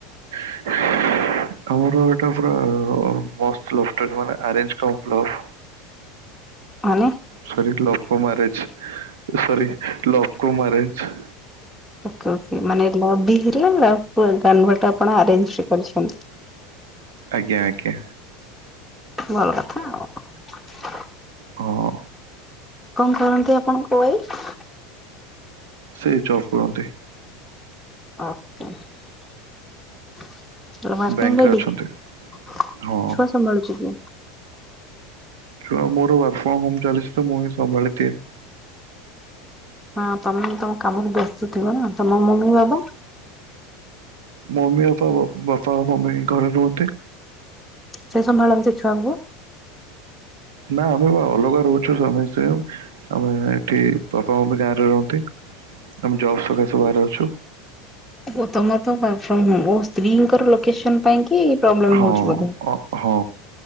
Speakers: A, on the right; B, in the centre.
A: <inaudible> ଆମର ଏଇଟା ପୁରା ମ-ମସ୍ତ ଲଭଷ୍ଟେଟ୍ ମାନେ ଅରେଞ୍ଜ କମ୍ ଲଭ୍।
B: ମାନେ?
A: ସରି ଲଭ୍ କମ୍ ଆରେଜ୍, ଏ ସରି ଲଭ୍ କମ୍ ଆରେଞ୍ଜ।
B: ଓକେ ଓକେ ମାନେ ଲବ୍ ବି ହେଲା ଲଭ୍ ଫର୍ମ <unintelligible> ଆପଣ ଆରେଞ୍ଜ ବି କରିଛନ୍ତି।
A: ଆଜ୍ଞା, ଆଜ୍ଞା।
B: ଭଲ କଥା ଆଉ।
A: ହଁ।
B: କଣ କରନ୍ତି ଆପଣଙ୍କ ୱାଇଫ୍?
A: ସେ ଜବ୍ କରନ୍ତି।
B: ଓକେ। ଓ ୱାର୍କିଙ୍ଗ
A: ବ୍ୟାଙ୍କରେ
B: ଲେଡି,
A: ଅଛନ୍ତି
B: ଛୁଆ
A: ହଁ
B: ସମ୍ଭାଳୁଚି କିଏ?
A: ଛୁଆ ମୋର ୱାର୍କ ଫ୍ରମ୍ ହୋମ୍ ଚାଲିଛି ତ ମୁଁ ହିଁ ସମ୍ଭାଳି ଦିଏ।
B: ହଁ ତୋମେ ତୋମ କାମରେ ବ୍ୟସ୍ତ ଥିବ ନା, ତୋମ ମମି ବାବା?
A: ମମି ବାପା ଓ ବାପା ମମି ଘରେ ରୁହନ୍ତି।
B: ସେ ସମ୍ଭାଳନ୍ତି ଛୁଆଙ୍କୁ?
A: ନା ଆମେ ବା ଅଲଗା ରହୁଛୁ ସ୍ୱାମୀ ସ୍ତ୍ରୀ, ଆମେ ଏଠି ପାପା ମମି ଗାଁରେ ରୁହନ୍ତି। ଆମେ ଜବ୍ ସକାଶେ ବାହାରେ ଅଛୁ।
B: ଗୋ-ତୋମର ତ ୱାର୍କ ଫ୍ରମ ହୋମ୍ ର ସ୍ତ୍ରୀଙ୍କର ଲୋକେସନ ପାଇଁ କି ପ୍ରୋବ୍ଲେମ୍
A: ହଁ
B: ହଉଛି ବୋଧେ?
A: ଅ- ହଁ।